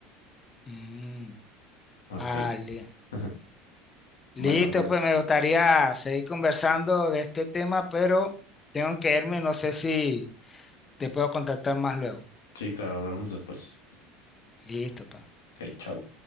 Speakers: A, on the left; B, on the left.
A: Mm,
B: Ok.
A: ah, li-
B: <laughs> Bueno,
A: listo,
B: pues
A: pues me gustaría seguir conversando de este tema, pero tengo que irme, no sé si te puedo contactar más luego.
B: sí, claro, hablamos después.
A: Listo, pues.
B: Ok, chao.